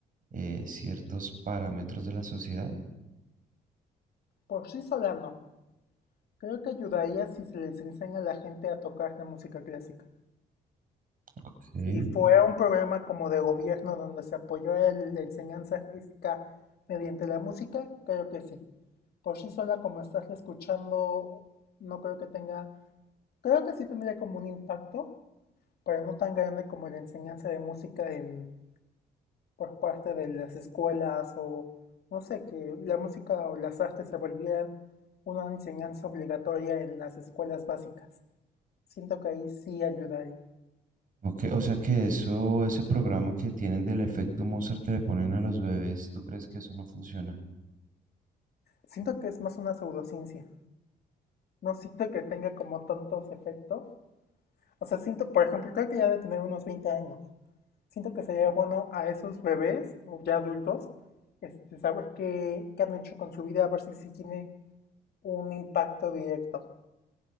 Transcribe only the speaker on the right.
eh, ciertos parámetros de la sociedad.
Ok.
Ok, o sea que eso, ese programa que tienen del efecto Mozart que le ponen a los bebés, ¿tú crees que eso no funciona?